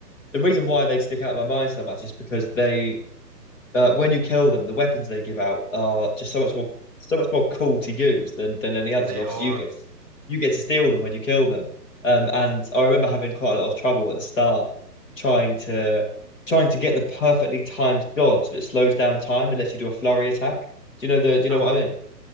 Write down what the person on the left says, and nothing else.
the reason why they stick out of my mind so much is because they uh, when you kill them, the weapons they give out are just so much more so much more cool to use than than any others.
And obviously,
you get you get to steal them when you kill them. Um, and I remember having quite a lot of trouble at the start trying to trying to get the perfectly timed dodge that slows down time and lets you do a flurry attack. Do you know the? Do you know
what I mean?